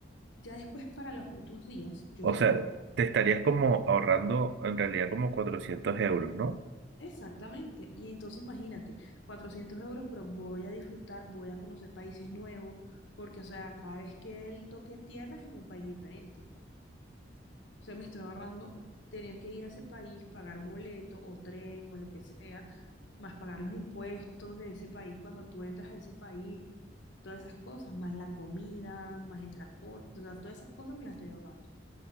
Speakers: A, on the left; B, on the right.
A: Ya después para los otros días, yo
B: O
A: estaba...
B: sea, te estarías como ahorrando en realidad como 400 euros, ¿no?
A: Exactamente. Y entonces imagínate, 400 euros, pero voy a disfrutar, voy a conocer países nuevos, porque, o sea, cada vez que él toque tierra es en un país diferente. O sea, me estoy ahorrando tener que ir a ese país, pagar boleto o tren o lo que sea, más pagar los impuestos de ese país cuando tú entras a ese país, todas esas cosas, más la comida, más el transporte, o sea, todas esas cosas me las estoy ahorrando.